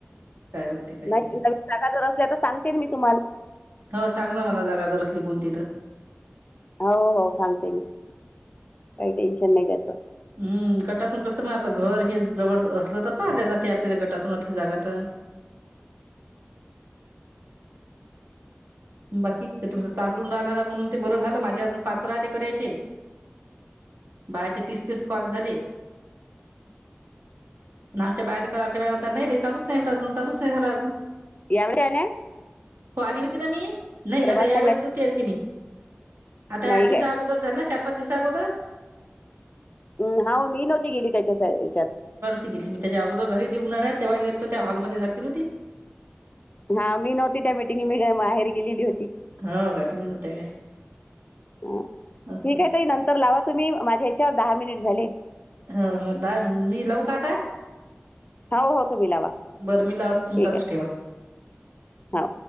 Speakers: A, on the right (about 85°); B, on the left (about 35°).
A: काय होते काही
B: नाही <unintelligible> जागा जर असल्या तर सांगतेन मी तुम्हाल
A: हो सांग ना मला जागा जर असली कोणती तर.
B: हो हो सांगते मी. काही टेन्शन नाही घ्यायचं.
A: हम्म. गटातून कसं मग आपलं घर हे जवळ असलं तर, पाहिलं जातं आपल्याला गटातून असली जागा तर. बाकी तुमचं चालून राहिला म्हणून ते बरं झालं. माझे अजून पाच राहिले करायचे. बायाचे तिस तिस कॉल झाले. पण आमच्या बायाला क आमच्या बाय म्हणतात नाही बाई चालूच नाही अजून चालूच नाही झालंय अजून.
B: एवढे आले.
A: हो आली होती ना मी. नाही
B: प्रभास
A: आता यावेळेस
B: संघाच्या
A: तु आलती मी. आता
B: नाही
A: आठ दिवसा
B: काय
A: अगोदर झालं ना चार पाच दिवस अगोदर?
B: हम्म, हाव मी नव्हती गेली त्याच्या याच्यात.
A: ती गेलती मी त्याच्या अगोदर झालती उन्हाळ्यात तेव्हा गेलतो. त्या हॉलमध्ये झाली होती ना ती?
B: हा मी नव्हती त्या मिटिंगले मी माहेरी गेलेली होती.
A: हो का तुम्ही नव्हत्या काय
B: हं.
A: असं?
B: ठीक आहे ताई नंतर लावत तुम्ही माझ्या ह्याच्यावर दहा मिनिट झाले.
A: हो हो. दाद मी लावू का आता?
B: हा हो तुम्ही लावा.
A: बर मी लावते,
B: ठीक
A: तुम्ही चालुच
B: आहे
A: ठेवा.
B: हा.